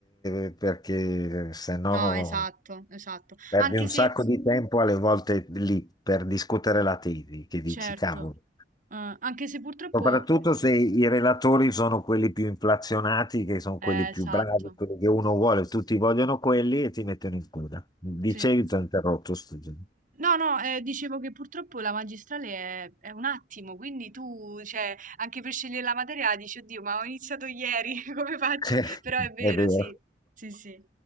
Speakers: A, on the left (about 25°); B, on the right (about 50°).
A: eh, perché eh, se no
B: No, esatto, esatto.
A: perdi
B: Anche
A: un
B: se,
A: sacco di tempo alle volte lì per discutere la tesi, che dici,
B: certo,
A: cavolo.
B: eh, anche se purtroppo,
A: Soprattutto se i relatori sono quelli più inflazionati, che sono
B: eh,
A: quelli più
B: esatto,
A: bravi, quelli che uno vuole, tutti vogliono quelli e ti mettono in coda. Dicevi,
B: sì.
A: ti ho interrotto, scusa.
B: No, no, eh, dicevo che purtroppo la magistrale è, è un attimo, quindi tu, cioè, anche per scegliere la materia dici, oddio, ma ho iniziato ieri, <laughs> come faccio?
A: <laughs>
B: Però è vero,
A: È vero.
B: sì, sì, sì.